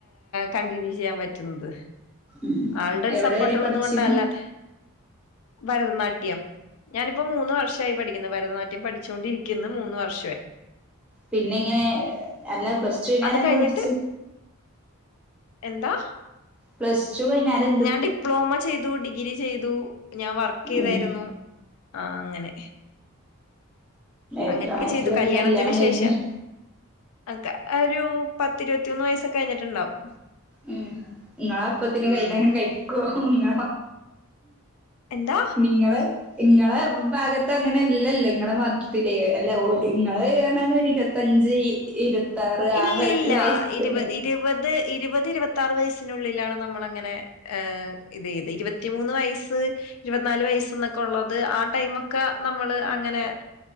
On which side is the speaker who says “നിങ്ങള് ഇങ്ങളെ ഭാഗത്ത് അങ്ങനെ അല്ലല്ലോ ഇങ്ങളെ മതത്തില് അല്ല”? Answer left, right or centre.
Centre